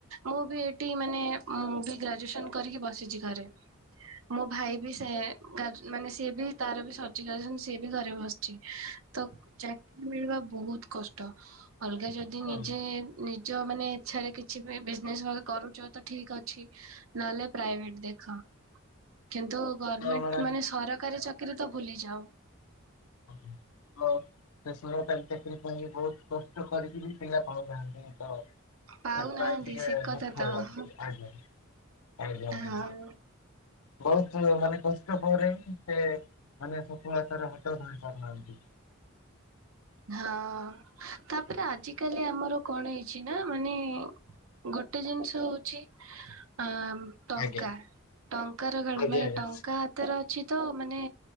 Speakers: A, on the right; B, on the left.
A: ମୁଁ ବି ଏଠି ମାନେ ମୁଁ ବି ଗ୍ରାଜୁଏସନ କରିକି ବସିଛି ଘରେ। ମୋ ଭାଇ ବି ସେ ମାନେ ସିଏ ବି ତାର ବି ସରିଚି ଗ୍ରାଜୁଏସନ ସିଏ ବି ଘରେ ବସିଛି। ତ ଚାକିରୀ ମିଳିବା ବହୁତ କଷ୍ଟ ଅଲଗା ଯଦି ଦି
B: ହଁ
A: ନିଜେ ନିଜ ମାନେ ଇଚ୍ଛାରେ କି କିଛି ବି ବିଜନେସ୍ କରୁଛ ତ ଠିକ ଅଛି ନହେଲେ ପ୍ରାଇଭେଟ ଦେଖ। କିନ୍ତୁ ଗଭର୍ଣମେଣ୍ଟ
B: ମ୍ୟାଡ଼ାମ।
A: ମାନେ ସରକାରୀ ଚାକିରି ତ ଭୁଲିଯାଅ।
B: <unintelligible> ସେ ଲୋକ ଚାକିରୀ ପାଇଁ ବହୁତ କଷ୍ଟ କରିକି ବି ପିଲା ପାଉନାହାନ୍ତି ତ।
A: ପାଉନାହାନ୍ତି
B: ସେଇଥି ପାଇଁ ଟିକେ
A: ସେ କଥା
B: ଦୁଃଖ
A: ତ
B: ଲାଗୁଛି
A: ହଁ
B: ଆଜ୍ଞା ଆଜ୍ଞା।
A: ହଁ।
B: ବହୁତ, ମାନେ କଷ୍ଟ ପରେ, ସେ ମାନେ ସଫଳତାରେ ନିଶ୍ୱାସ ନେଇ ପାରୁନାହାନ୍ତି।
A: ହଁ, ତାପରେ ଆଜିିକାଲି ଆମର କଣ ହେଇଛି ନା, ମାନେ ଗୋଟେ ଜିନିଷ ହଉଚି, ଆ ଟଙ୍କା,
B: ଆଜ୍ଞା
A: ଟଙ୍କାର ଗାଡ
B: ଆଜ୍ଞା
A: ମାନେ
B: ଆଜ୍ଞା
A: ଟଙ୍କା ତାର ଅଛି ତ, ମାନେ